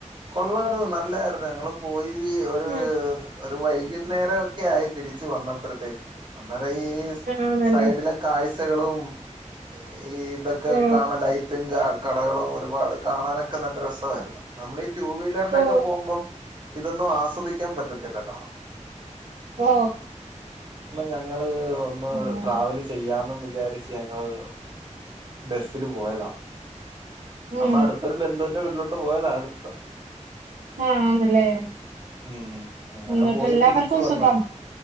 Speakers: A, on the right; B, on the right.
A: കൊള്ളാരുന്നു നല്ലായിരുന്നു ഞങ്ങള് പോയി. ഈ ഒരു
B: ആ
A: ഒരു വയിറ്റ് - വൈകുന്നേരം ഒക്കെ ആയി തിരിച്ച് വന്നപ്പഴത്തേക്ക്. അന്നേര ഈ
B: ആണല്ലേ
A: സൈഡിലെ കാഴ്ച- <unintelligible> ഈ ഇതൊക്കെ
B: ഓ
A: കാണ ലൈറ്റും കാ ക കടകളും ഒരുപാട് കാണാനൊക്കെ നല്ല രസമായിരുന്നു നമ്മളീ ടു വീലറിലൊക്കെ
B: ഓ
A: പോകുമ്പം ഇതൊന്നും ആസ്വദിക്കാൻ പറ്റത്തില്ലല്ലോ
B: ഓ
A: ഞങ്ങൾ ഇ ഒന്ന്
B: അങ്ങനെ
A: ട്രാവൽ ചെയ്യാന്നും വിചാരിച്ചയാ <unintelligible> ബസ്സിന് പോയതാ
B: ഉം
A: നമ്മുടെ അടുത്തൊരു ബന്ധുവിൻ്റെ വീട്ടിലോ ട്ട് പോയതാണ് ഇന്ന്
B: ആ ആണല്ലേ
A: ഉം അങ്ങനെ
B: എന്നിട്ട്
A: പോയി
B: എല്ലാവർക്കും
A: തിരിച്ചു വന്ന്
B: സുഖം